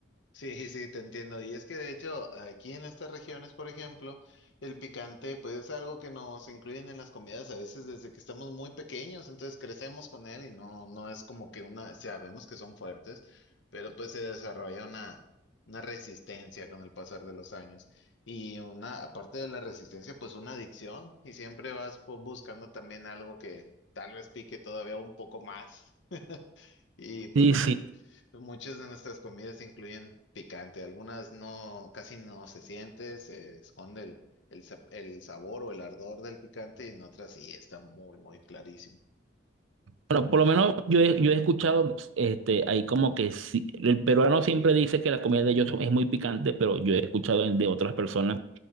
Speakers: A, on the left; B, on the right.
A: Sí, sí, te entiendo. Y es que de hecho, aquí en estas regiones, por ejemplo, el picante, pues es algo que nos incluyen en las comidas a veces desde que estamos muy pequeños, entonces crecemos con él y no, no es como que una, sabemos que son fuertes, pero pues se desarrolla una, una resistencia con el pasar de los años. Y una, aparte de la resistencia, pues una adicción, y siempre vas pues, buscando también algo que tal vez pique todavía un poco más. Y pues
B: Sí,
A: bueno.
B: sí.
A: Muchas de nuestras comidas incluyen picante, algunas no, casi no se siente, se esconde el, el, sa- el sabor o el ardor del picante y en otras sí está muy, muy clarísimo.
B: Bueno, por lo menos yo he, yo he escuchado, este, ahí como que sí, el peruano siempre dice que la comida de ellos es muy picante, pero yo he escuchado de otras personas